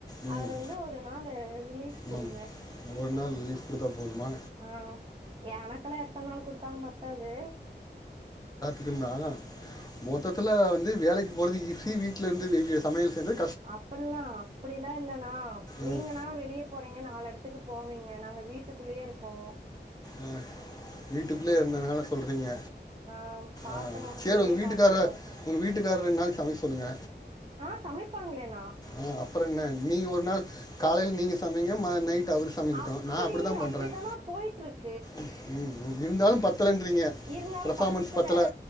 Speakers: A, on the left (about 20°); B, on the right (about 35°).
A: ம்
B: அதுல வந்து ஒரு நாலு ரிலீஃப்
A: மேம்
B: குடுங்க
A: ஒரு நாள் ரிலீஃப் குடுத்தா போதுமா
B: ஆ எனக்குல்லாம் எத்தன நாள் குடுத்தாலும் பத்தாது
A: இதுனா மொத்தத்தில்ல வந்து வேலைக்கு போறது ஈசி வீட்டில இருந்து சமையல் செய்றது
B: அப்ல்லாம் அப்படிலாம் இல்லணா நீங்கன்னா
A: ம்
B: வெளியே போறீங்க நாலு எடத்து த்துக்கு போவீங்க நாங்க வீட்டுக்குள்ளேயே இருப்போம்
A: ஆ வீட்டுக்குள்ளயே இருந்தனால சொல்றீங்க
B: ஆ பாத்த
A: ஆ
B: மொகத்தையவே
A: சேரி உங்க வீட்டுக்கார
B: பாத்துக்கிட்டுதா இருப்போ
A: உங்க வீட்டுக்கார ரெண்டு நாளைக்கு சமைக்க சொல்லுங்க
B: ஆ சமைப்பாங்களேண்ணா
A: ஆ அப்புறம் என்ன நீங்க ஒரு நாள் காலைல நீங்க சமைங்க நைட் அவர் சமைக்கட்டும்
B: அப்டி
A: நான் அப்படி தான்
B: அப்டிதாண்ணா
A: பண்ணுறேன்
B: போய்ட்டு இருக்கு
A: ம் ம் இருந்தாலும் பத்தலைன்றீங்க
B: இருந்தாலும்
A: பர்ஃபார்மன்ஸ்
B: பத்தல
A: பத்தலை